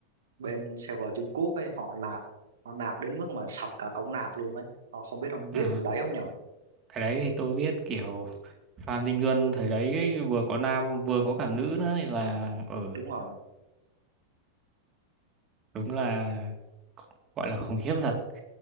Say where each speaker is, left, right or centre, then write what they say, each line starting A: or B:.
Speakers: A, on the right; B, on the right.
A: bên server Trung Quốc ấy họ nạp họ nạp đến mức mà sập cả cổng nạp luôn đấy Ờ, không biết ông biết
B: ừ.
A: vụ đấy không nhở
B: cái đấy thì tôi biết kiểu Phan Dinh Luân thời đấy ấy, vừa có nam vừa có cả nữ nữa thì là ừ
A: đúng rồi
B: đúng là gọi là khủng khiếp thật